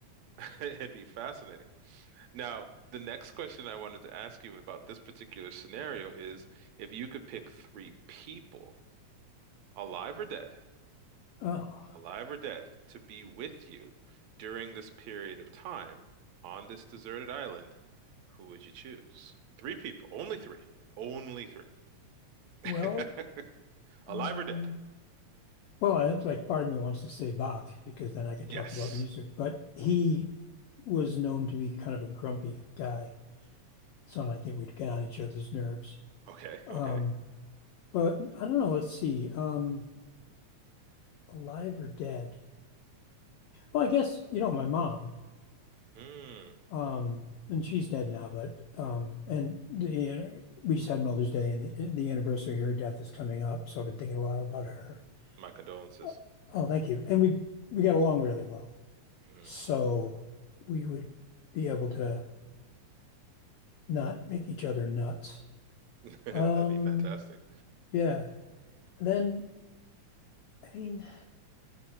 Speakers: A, on the right; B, on the left.
A: <laughs> It'd be fascinating. Now, the next question I wanted to ask you about this particular scenario is if you could pick three people, alive or dead,
B: Oh,
A: alive or dead, to be with you during this period of time on this deserted island, who would you choose? Three people, only three, only three. <laughs>
B: well,
A: Alive
B: um,
A: or dead?
B: Well, I- like part of me wants to say Bach because then I could
A: Yes.
B: talk about music, but he was known to be kind of a grumpy guy. So I think we'd get on each other's nerves.
A: Okay,
B: Um,
A: okay.
B: but I don't know, let's see. Um, alive or dead? Well, I guess, you know, my mom,
A: Mm,
B: um, and she's dead now, but um, and the we just had Mother's Day and the, the anniversary of her death is coming up, so I've been thinking a lot about her.
A: my condolences.
B: Oh, oh, thank you. And we we got along really well.
A: Mm.
B: So we would be able to not make each other nuts.
A: <laughs> That'd
B: Um,
A: be fantastic.
B: yeah. Then I mean,